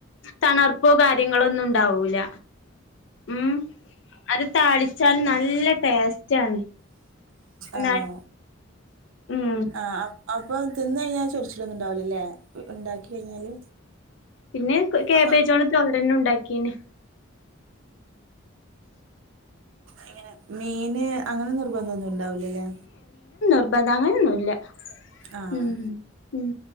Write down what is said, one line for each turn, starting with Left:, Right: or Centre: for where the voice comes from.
Left: തണർപ്പോ കാര്യങ്ങളോ ഒന്നും ഉണ്ടാവൂല ഉം അത് താളിച്ചാൽ നല്ല ടേസ്റ്റ് ആണ് എന്നാ
Right: ആണോ
Left: ഉം
Right: ആ ഇപ്പൊ തിന്ന് കഴിഞ്ഞാൽ ചൊറിച്ചിലൊന്നും ഉണ്ടാവില്ലല്ലേ ഇ ണ്ടാക്കി കഴിഞ്ഞാല്
Left: പിന്നെ കേബേജോണ്
Right: അപ്പൊ
Left: തോരന്നെ ഉണ്ടാക്കീന്നെ
Right: ഇങ്ങനെ മീന് അങ്ങനെ നിർബന്ധം ഒന്നും ഇണ്ടാവൂലല്ലേ
Left: നിർബത അങ്ങനൊന്നുമല്ല
Right: ആഹ്
Left: ഉം ഉം